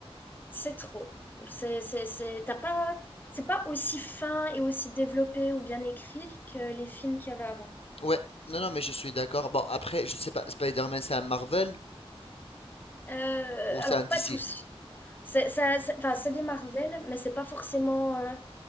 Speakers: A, on the left; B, on the left.
A: C'est trop. C'est, c'est, c'est, t'as pas, c'est pas aussi fin et aussi développé ou bien écrit que les films qu'il y avait avant.
B: Ouais, non, non, mais je suis d'accord. Bon, après, je sais pas, Spider-Man, c'est un Marvel
A: Euh,
B: ou
A: alors,
B: c'est un DC?
A: pas tous. C'est, ça, c'est- enfin, c'est des Marvel, mais c'est pas forcément. euh,